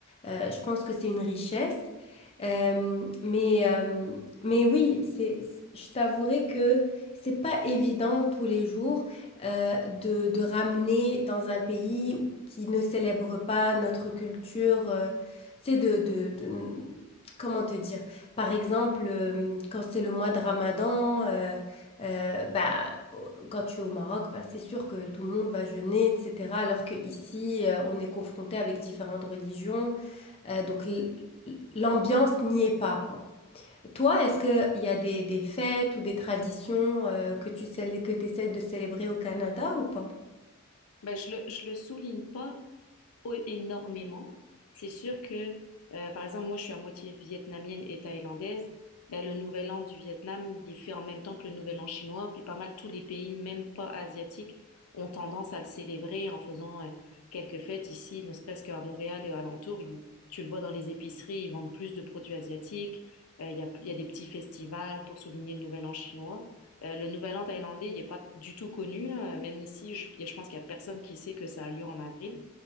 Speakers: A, on the left; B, on the left.
A: euh, je pense que c'est une richesse. Euh, mais, euh, mais oui, c'est, je t'avouerai que c'est pas évident tous les jours euh, de, de ramener dans un pays qui ne célèbre pas notre culture. euh, c'est de, de, de- comment te dire? Par exemple, euh, quand c'est le mois de Ramadan, euh, euh, bah, au- quand tu es au Maroc, bah, c'est sûr que tout le monde va jeûner, etc. Alors qu'ici, on est confronté avec différentes religions. euh, donc, l- l'ambiance n'y est pas, quoi. Toi, est-ce qu'il y a des, des fêtes ou des traditions euh, que tu célè- que t'essaies de célébrer au Canada ou pas?
B: Ben, je le, je le souligne pas o- énormément. C'est sûr que, euh, par exemple, moi, je suis à moitié vietnamienne et thaïlandaise. Ben, le nouvel an du Vietnam, il est fait en même temps que le nouvel an chinois. Puis pas mal tous les pays, même pas asiatiques, ont tendance à le célébrer en faisant euh, quelques fêtes ici, ne serait-ce qu'à Montréal et alentour. ils- tu le vois dans les épiceries, ils vendent plus de produits asiatiques. Euh, Il y a, il y a des petits festivals pour souligner le nouvel an chinois. Euh, le nouvel an thaïlandais, il n'est pas du tout connu, là. Même ici, je, je pense qu'il n'y a personne qui sait que ça a lieu en avril.